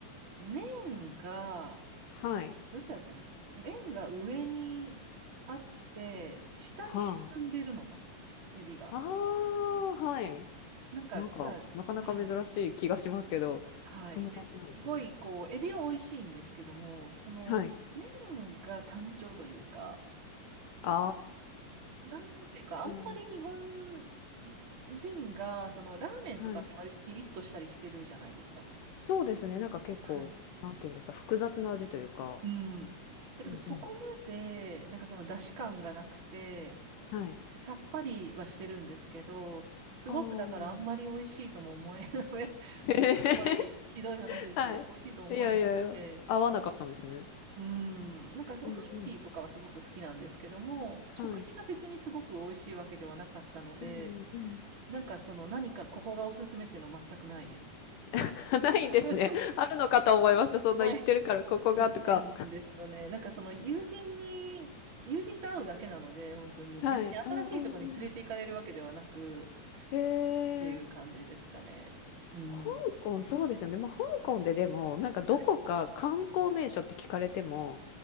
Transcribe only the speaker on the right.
麺が、
どっちだっけな麺が上にあって、下に沈んでるのかなエビが。
なんか、
まあ、
はい。はい。
で、すごい、こう、エビは美味しいんですけども、その、
麺が単調というか、
なんていうか、あんまり日本
人が、その、ラーメンとかって割とピリッとしたりしてるじゃないですか。
はい。
うん。だけどそこまで、
なんかその出汁感がなくて、
さっぱりはしてるんですけど、すごくだからあんまり美味しいとも思え、
<laughs>
うんすごいひどい話ですけど、
美味しいと思えなくて、
うん、なんかそう雰囲気とかはすごく好きなんですけども、
食事が別にすごく美味しいわけではなかったので、
なんかその何かここがおすすめっていうのは全くないです。
<laughs>
ない。
ないんですよね。なんかその友人に、友人と会うだけなので、本当に。
別に新しいところに連れて行かれるわけではなく、
っていう感じですかね。
うん。
はい。